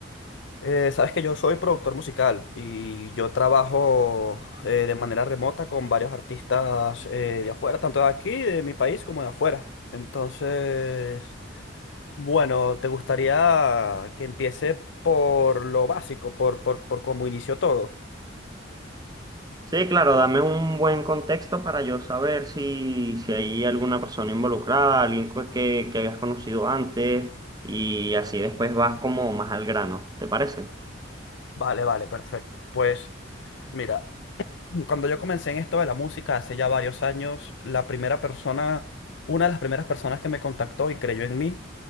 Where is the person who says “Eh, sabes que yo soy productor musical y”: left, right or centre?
Left